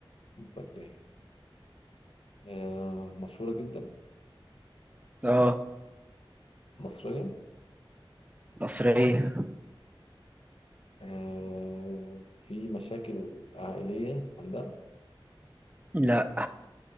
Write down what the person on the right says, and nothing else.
اه
مصرية
لا